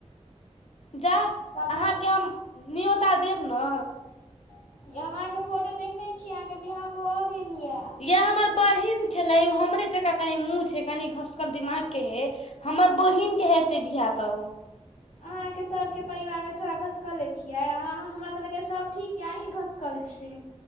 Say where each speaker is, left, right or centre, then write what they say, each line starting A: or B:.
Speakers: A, on the left; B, on the left.
A: <inaudible> जा
B: तब
A: अहाँके
B: तक
A: हम न्योता देब न
B: <inaudible> यै हम अहाँके फोटो देखने छी, अहाँके बिहा भऽ गेल या।
A: यै हमर बहिन छलै, ओ हमरे जकाँ कनी मुँह छै कनी घसकल दिमाग के हइ। हमर बहिन के हेतै बिहा तऽ
B: अहाँके सबके परिवारमे थोड़ा घसकले छियै आ अहाँ हमरा तऽ लगैया सब ठीक या अहीँ घसकल छी।